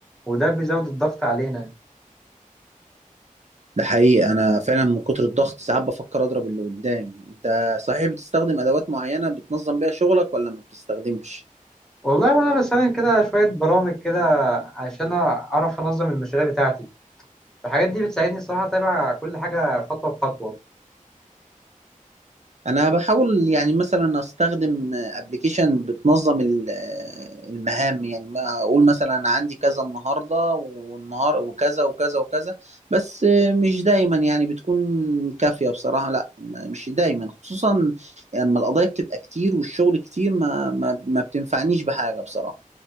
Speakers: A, in the centre; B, on the right (about 55°).
A: وده بيزود الضغط علينا
B: ده حقيقي انا فعلا من كتر الضغط ساعات بفكر اضرب اللي قدامي انت صحيح بتستخدم ادوات معينة بتنظم بيها شغلك ولا ما بتستخدمش
A: والله وأنا بستخدم كده شوية برامج كده عشان أعرف أنظم المشاريع بتاعتي الحاجات دي بتساعدني الصراحه اتابع كل حاجه خطوه بخطوه
B: انا بحاول يعني مثلا استخدم ابلكيشن بتنظم ال- المهام يعني ما اقول مثلا أنا عندي كذا النهارده والنهار وكذا وكذا وكذا بس مش دايما يعني بتكون كافية بصراحة لا م- مش دايما خصوصا لما القضايا بتبقى كتير والشغل كتير ما ما ما بتنفعنيش بحاجة بصراحة